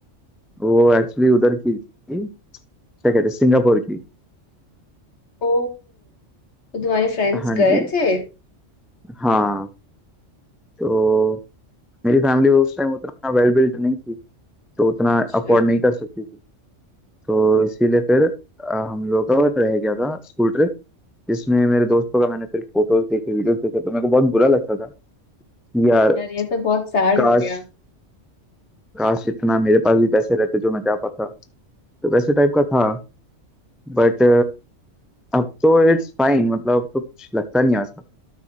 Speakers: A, in the centre; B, on the left.
A: वो एक्चुअली उधर की थी क्या कहते हैं सिंगापुर की
B: ओ तो तुम्हारे फ्रेंड्स
A: हाँ
B: गए
A: जी
B: थे
A: हाँ तो मेरी फैमिली उस टाइम उतना वेल बिल्ट नहीं थी तो उतना
B: अच्छा
A: अफोर्ड नहीं कर सकती थी तो इसीलिए फिर अ, हम लोग का रह गया था स्कूल ट्रिप जिसमें मेरे दोस्तों का मैंने फिर फोटोज देखे वीडियोस देखे तो मेरे को बहुत बुरा लगता था कि यार
B: यार ये तो बहुत सैड
A: काश
B: हो गया
A: काश इतना मेरे पास भी पैसे रहते जो मैं जा पाता तो वैसे टाइप का था बट अब तो इट्स फाइन मतलब अब तो कुछ लगता नहीं ऐसा